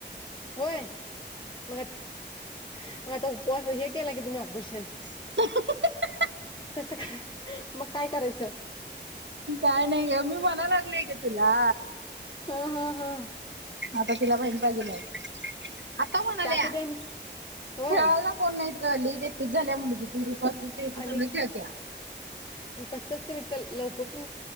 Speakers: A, on the left (about 25°); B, on the right (about 75°).
A: होय मग आता मग आता उपवास हे केला की तुम्ही ऑपरेशन
B: <unintelligible>
A: कस काय मग काय करायचं
B: काय नाही ग मी म्हणा लागलय का तुला
A: ह, ह, ह
B: आता तिला बहीण पाहिजेलय आता म्हणाले
A: त्यासाठी
B: खेळायला
A: आम्ही होय
B: कोण नाहीत गल्लीत एकटीच झाल्या मुलगी ती ऋतू असली की ऋतू
A: आणि
B: सग खेळत्या
A: आणि कसंच तेित लवकर पण